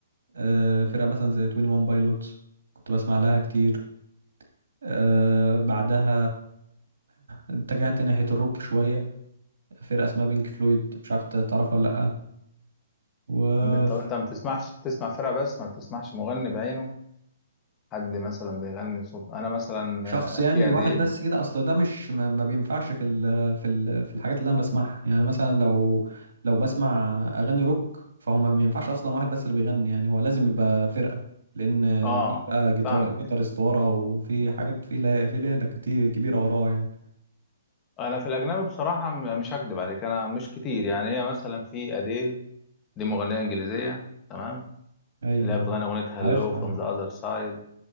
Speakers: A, on the right; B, on the left.
A: آه، فرقه مثلا زي 21 بايلوتس كنت بسمع لها كتير آه، بعدها اتجهت ناحيه الروك شويه فرقه اسمها بينك فلويد مش عارف إنت تعرفها ولا لا
B: م- طب انت ما بتسمعش بتسمع فرقة بس ما بتسمعش مغني بعينه حد مثلا بيغني صوت انا مثلا
A: شخص يعني
B: آه، في
A: واحد
B: اديل
A: بس كده اصل ده مش ما, ما بينفعش في ال في ال في الحاجات اللي انا بسمعها يعني مثلا لو لو بسمع اغاني روك فهم ما ينفعش اصلا واحد بس اللي بيغني يعني هو لازم يبقى فرقة لان
B: اه
A: في بقى جيتار
B: فاهمك
A: جيتارست وراه وفي حاجات في لا في ليلة كتير كبيرة وراه يعني
B: انا في الاجنبي بصراحة م- مش هكدب عليك انا مش كتير يعني هي مثلا في اديل دي مغنية انجليزية تمام
A: ايوه
B: اللي هي
A: أيوة.
B: بتغني اغنية هالو
A: عارف
B: فروم
A: عارف
B: ذا اذر سايد